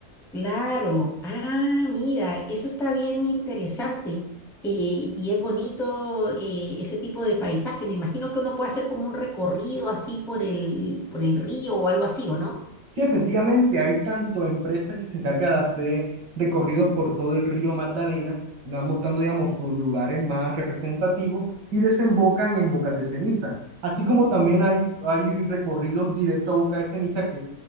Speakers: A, in the centre; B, on the right.
A: claro. Ah, mira, eso está bien interesante. eh, y es bonito eh, ese tipo de paisaje. Me imagino que uno puede hacer como un recorrido así por el, por el río o algo así, ¿o no?
B: Sí, efectivamente, hay tanto empresas que se encargan de hacer recorridos por todo el río Magdalena, van mostrando, digamos, sus lugares más representativos y desembocan en Bocas de Ceniza. Así como también hay, hay recorridos directo a Bocas de Ceniza que